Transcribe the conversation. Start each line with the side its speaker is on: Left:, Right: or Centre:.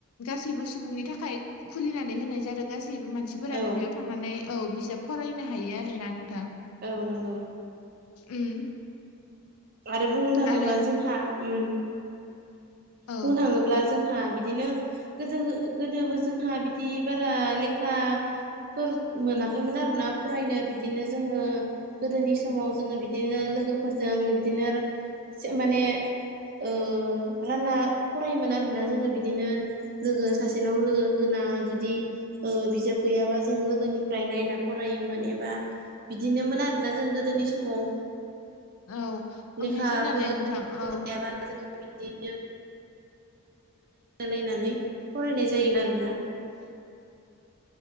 Left: गासैबो सुबुंनि थाखाय खुलिनानै होनाय जादों गास सैबो मानसिफोरानो
Right: औ
Left: बेयाव थांनानै औ बिजाब फरायनो हायो आरोना नोंथां।
Right: औ नंगौ।
Left: उम
Right: आरो बुंनो थाङोबा
Left: आरो
Right: जोंहा उम
Left: औ
Right: बुंनो थाङोब्ला जोंहा बिदिनो गोदो गोदोबो जोंहा बिदि बारा लेखा फोर मोनाखैमोन आरोना फरायनो बिदिनो जोङो गोदोनि समाव जोङो बिदिनो लोगोफोरजों बिदिनो माने ओ रानना फरायोमोन आरोना जोङो बिदिनो लोगो सासेनाव लोगो गोना जुदि ओ बिजाब गैयाबा जों लोगोनिफ्राय नायना फरायोमोन एबा बिदिनोमोन आरोना जों गोद गोदोनि समाव
Left: औ ओमफाय
Right: लेखाफोर
Left: जोंनालाय नोंथां
Right: <inaudible>
Left: औ
Right: <inaudible> नायलाय लायनानै फरायनाय जायोमोन आरोना।
Left: <inaudible>